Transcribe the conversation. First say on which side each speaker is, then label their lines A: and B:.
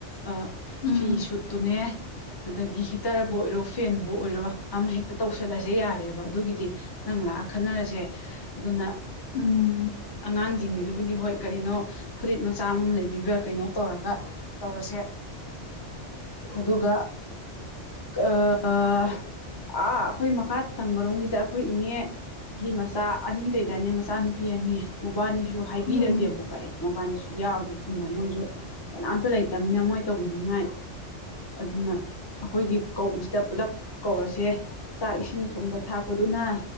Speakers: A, on the left; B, on the left.
A: ꯑ
B: ꯎꯝ
A: ꯐꯤ ꯁꯨꯠꯇꯨꯅꯦ ꯑꯗꯒꯤ ꯍꯤꯇꯔꯕꯨ ꯑꯣꯏꯔꯣ ꯐꯦꯟꯕꯨ ꯑꯣꯏꯔꯣ ꯑꯃ ꯍꯦꯛꯇ ꯇꯧꯁꯜꯂꯁꯦ ꯌꯥꯔꯦꯕ ꯑꯗꯨꯒꯤꯗꯤ ꯅꯪ ꯂꯥꯛꯑ ꯈꯟꯅꯔꯁꯦ ꯑꯗꯨꯅ
B: ꯎꯝ
A: ꯑꯉꯥꯡꯁꯤꯡꯒꯤꯗꯨꯕꯨꯗꯤ ꯍꯣꯏ ꯀꯩꯅꯣ ꯐꯨꯔꯤꯠ ꯃꯆꯥ ꯑꯃꯝ ꯂꯩꯕꯤꯕ꯭ꯔꯥ ꯀꯩꯅꯣ ꯇꯧꯔꯒ ꯇꯧꯔꯁꯦ ꯑꯗꯨꯒ ꯑꯥ ꯑꯩꯈꯣꯏ ꯃꯈꯥ ꯊꯪꯕꯔꯣꯝꯒꯤꯗ ꯑꯩꯈꯣꯏ ꯏꯅꯦ ꯒꯤ ꯃꯆꯥ ꯑꯅꯤ ꯂꯩꯗꯅꯦ ꯃꯆꯥꯅꯨꯄꯤ ꯑꯅꯤ ꯃꯕꯥꯅꯤꯁꯨ ꯍꯥꯏꯕꯤꯔꯒꯦꯕꯀꯣ
B: ꯎꯝ
A: ꯑꯦ ꯃꯣꯕꯥꯏꯜꯗꯁꯨ ꯌꯥꯎꯔꯤꯁꯦ ꯄꯨꯟꯅ ꯃꯣꯏꯁꯨ ꯀꯅꯥꯝꯇ ꯂꯩꯇꯅꯤꯅ ꯃꯣꯏ ꯇꯧꯕꯤꯅꯤꯡꯉꯥꯏ ꯑꯗꯨꯅ ꯑꯩꯈꯣꯏꯒꯤ ꯀꯧꯕꯁꯤꯗ ꯄꯨꯂꯞ ꯀꯧꯔꯁꯦ ꯆꯥꯛ ꯏꯁꯤꯡ ꯊꯣꯡꯕ ꯊꯥꯛꯄꯗꯨꯅ